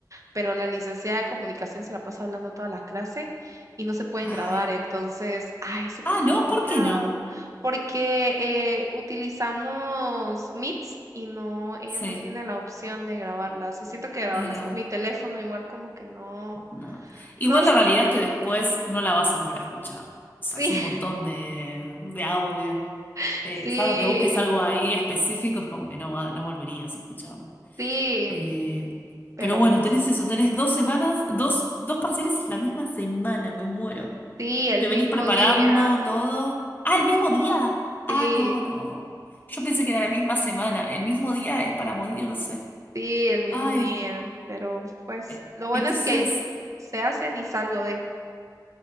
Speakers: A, on the right; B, on the left.
A: pero la licenciada de comunicación se la pasa hablando toda la clase y no se pueden
B: Ay.
A: grabar, entonces, ay, es súper
B: Ah,
A: complicado,
B: no, ¿por qué no?
A: porque eh, utilizamos Meets y no, ella
B: Sí,
A: no tiene la opción de grabarlas, y siento que grabarlas
B: negra.
A: con mi teléfono igual como que no,
B: No. Igual
A: no sale,
B: la realidad es que después no la vas a volver a escuchar. O sea,
A: sí,
B: es un montón de, de audio.
A: <laughs>
B: Eh, salvo que busques algo
A: sí,
B: ahí específico, es como que no, va- no volverías a escucharlo.
A: sí,
B: Eh,
A: pero
B: pero bueno,
A: pues,
B: tenés eso, tenés dos semanas, dos, dos parciales la misma semana, me muero.
A: sí, el
B: ¿Te
A: mismo
B: venís preparando
A: día,
B: todo? Ah, el mismo día. Ah,
A: sí.
B: no, no. Yo pensé que era la misma semana. El mismo día es para morirse.
A: Sí, el mismo
B: Ay,
A: día, pero pues
B: eh,
A: lo bueno
B: entonces...
A: es que se hacen y salgo de.